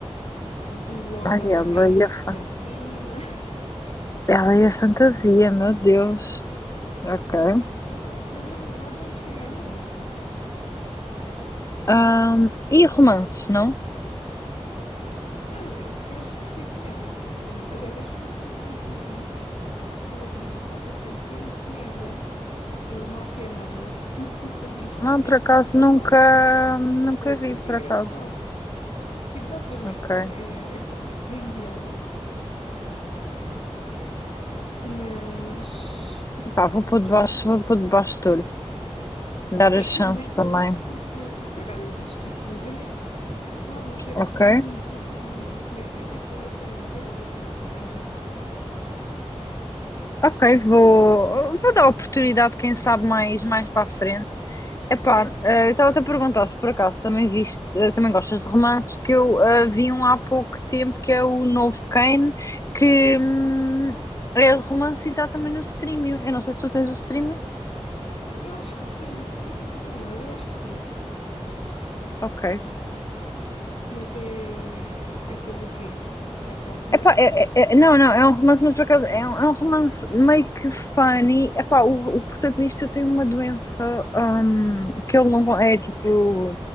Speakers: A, on the left (about 65°); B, on the left (about 30°).
A: de Lord
B: Ai,
A: of the
B: ela
A: Rings
B: e a, fa-
A: para cima. <laughs>
B: ela e a fantasia, meu Deus. Ok.
A: Ah, yeah, eu gosto. Mas a realidade não me chega a mim.
B: Ah, e romances, não?
A: Às vezes, mas prefiro comédia, sinceramente. Aliás, acho que o último filme que eu vi foi, há pouco tempo, foi um de comédia. O Máfia Mama. <laughs> Não sei se já viste.
B: Não, por
A: É
B: acaso
A: muito
B: nunca,
A: parvo,
B: nunca
A: mas
B: vi,
A: é muito
B: por
A: engraçado.
B: acaso.
A: Tipo, dá para rir.
B: Ok.
A: É, é é cómico, <laughs> tem piada. Mas...
B: Pá, vou pôr debaixo,
A: Olha,
B: vou pôr debaixo do olho. Dar
A: <coughs>
B: a chance
A: mete
B: também.
A: na lista porque, por acaso é fixe. Tipo, eu nem... se- Apesar de não ser
B: Ok.
A: assim muito de, de comédia, esse aí até, até vale a pena ver. É engraçado.
B: Ok, vou, vou dar oportunidade, quem sabe, mais, mais para a frente. Epá,
A: Pronto.
B: eh, eu estava-te a perguntar se por acaso também viste, eh, também gostas de romances, porque eu eh, vi um há pouco tempo que é o novo Kane, que hum, é de romance e está também no streaming. Eu não sei se tu tens o streaming.
A: Eu acho que sim. Por acaso tenho que confirmar, mas eu acho que sim.
B: Ok.
A: Mas é, é sobre o quê? É só romance?
B: Epá, é, é- é- não, não, é um romance, mas por acaso é um, é um romance meio que funny. Epá, o, o protagonista tem uma doença hum, que ele não con- é tipo